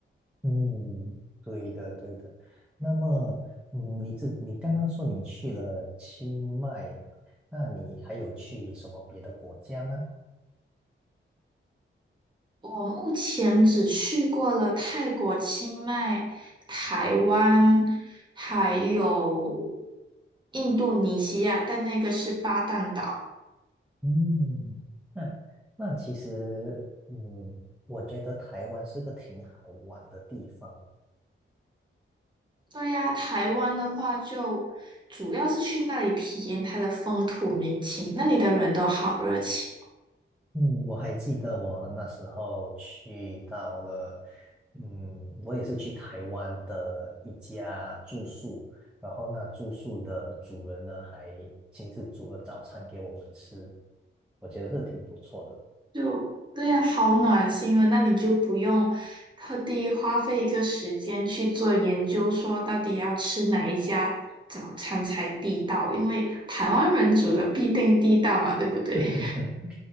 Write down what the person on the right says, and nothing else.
我目前只去过了泰国、清迈、台湾，还有印度尼西亚，但那个是巴淡岛。
对呀，台湾的话就主要是去那里体验它的风土民情，那里的人都好热情。
就对呀，好暖心啊！那你就不用特地花费一个时间去做研究，说到底要吃哪一家早餐才地道，因为台湾人煮的必定地道嘛，对不对？